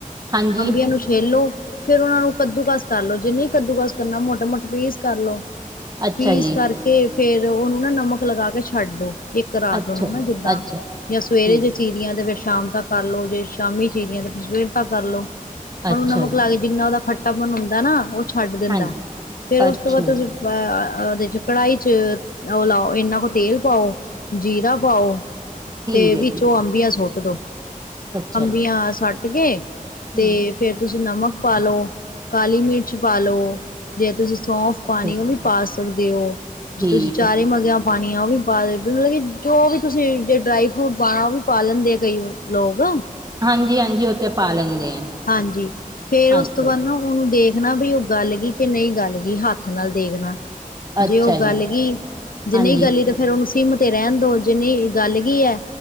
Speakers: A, on the right; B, on the left.
A: ਹਾਂਜੀ
B: ਅੰਬੀਆਂ ਨੂੰ ਛਿੱਲ ਲੌ। ਫੇਰ ਉਨਾ ਨੂੰ ਕੱਦੂਕਾਸ ਕਰ ਲੋ ਜੈ ਨਈ ਕੱਦੂਕਾਸ ਕਰਨਾ ਮੋਟੇ ਮੋਟੇ ਪੀਸ ਕਰ ਲੋ।
A: ਅੱਛਾ
B: ਪੀਸ
A: ਜੀ
B: ਕਰਕੇ ਫੇਰ ਉਹਨੂੰ ਨਾ ਨਮਕ ਲਗਾ ਕੇ ਛੱਡ ਦੋ। ਇੱਕ ਰਾਤ
A: ਅੱਛਾ
B: ਉਹਨੂੰ
A: ਜੀ
B: ਨਾ ਜਿੱਦਾਂ।
A: ਅੱਛਾ
B: ਜਾਂ ਸਵੇਰੇ
A: ਠੀਕ
B: ਜੇ ਚੀਰੀਆਂ ਤੇ ਫੇਰ ਸ਼ਾਮ ਤੱਕ ਕਰ ਲੋ ਜੇ ਸ਼ਾਮੀ ਚੀਰੀਆਂ ਤੇ ਫਿਰ ਸਵੇਰ ਤੱਕ ਕਰ ਲੋ। ਓਨੂੰ
A: ਅੱਛਾ
B: ਨਮਕ
A: ਜੀ
B: ਲਾ ਕੇ ਜਿੰਨਾ ਓਦਾ ਖੱਟਾਪਨ ਹੁੰਦਾ ਹੈ ਨਾ ਓਹ ਚ ਛੱਡ ਦਿੰਦਾ
A: ਹਾਂਜੀ
B: ਫੇਰ ਉਸ
A: ਅੱਛਾ
B: ਤੋਂ ਬਾਅਦ ਤੁਸੀਂ
A: ਜੀ
B: ਅ ਓਦੇ ਚ ਕੜਾਹੀ ਚ ਓਲਾਓ ਇਨਾ ਕੁ ਤੇਲ ਪਾਓ ਜੀਰਾ ਪਾਓ।
A: ਠੀਕ
B: ਤੇ ਵਿੱਚੋ
A: ਹੈ ਜੀ
B: ਅੰਬੀਆਂ ਸੁੱਟ ਦੋ
A: ਅੱਛਾ
B: ਅੰਬੀਆਂ
A: ਜੀ।
B: ਸੱਟ ਕੇ। ਤੇ
A: ਹਮ।
B: ਫੇਰ ਤੁਸੀਂ ਨਮਕ ਪਾ ਲਓ ਕਾਲੀ ਮਿਰਚ ਪਾਲੋ ਜੇ ਤੁਸੀਂ। ਸੌਂਫ
A: ਅੱਛਾ
B: ਪਾਣੀ
A: ਅੱਛਾ
B: ਓਹ ਵੀ ਪਾ ਸਕਦੇ ਓ ਜੇ
A: ਠੀਕ
B: ਤੁਸੀਂ ਚਾਰੇ
A: ਹੈ
B: ਮੰਗਿਆਂ ਪਾਣੀ ਣੀ ਮਤਲਬ ਜੋ ਵੀ ਤੁਸੀਂ ਜੇ ਡਰਾਈ ਫਰੂਟ ਪਾਣਾ ਓ ਵੀ ਪਾ ਲੈਂਦੇ ਆ ਕਈ ਲੋਕ।
A: ਹਾਂਜੀ ਹਾਂਜੀ ਓ ਤੇ ਪਾ ਲੈਂਦੇ ਆ।
B: ਹਾਂਜੀ ਫੇਰ
A: ਹਾਂਜੀ।
B: ਉਸ ਤੋਂ ਬਾਅਦ ਨਾ ਓਨੂੰ ਦੇਖ ਣਾ ਬੀ ਓ ਗੱਲ ਗੀ ਕਿ ਨਹੀਂ ਗੱਲ ਗੀ ਹੱਥ ਨਾਲ ਦੇਖਣਾ।
A: ਅੱਛਾ
B: ਜੇ ਓ ਗੱਲ
A: ਜੀ
B: ਗੀ ਜੇ
A: ਹਾਂਜੀ
B: ਨਈ ਗੱਲੀ ਤਾਂ ਫੇਰ ਓਨੂੰ। ਸੀਮ ਤੇ ਰੈਣ ਦੋ ਜਿੰਨੀ ਗੱਲ ਗੀ ਐ।